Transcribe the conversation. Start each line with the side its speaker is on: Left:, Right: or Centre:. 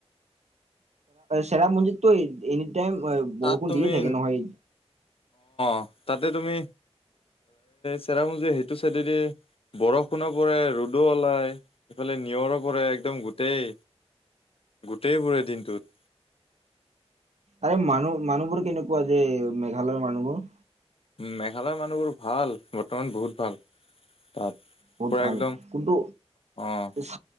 Right: চেৰাপুঞ্জীত টো এনিটাইম
Left: তাত
Right: বৰষুণ
Left: তুমি
Right: দিয়ে থাকে নহয়।
Left: অ, তাতে তুমি চেৰাপুঞ্জীৰ সেইটো চাইডদি বৰষুণো পৰে ৰ'দো ওলাই ইফালে নিয়ৰো পৰে একদম গোটেই। গোটেইবোৰে দিনটোত।
Right: আৰু মানুহ মানুহবোৰ কেনেকুৱা যে মেঘালয়ৰ মানুহবোৰ।
Left: উম, মেঘালয়ৰ মানুহবোৰ ভাল বৰ্তমান বহুত ভাল তাত।
Right: বহুত
Left: পুৰা
Right: ভাল
Left: একদম
Right: কিন্তু
Left: অ',
Right: চ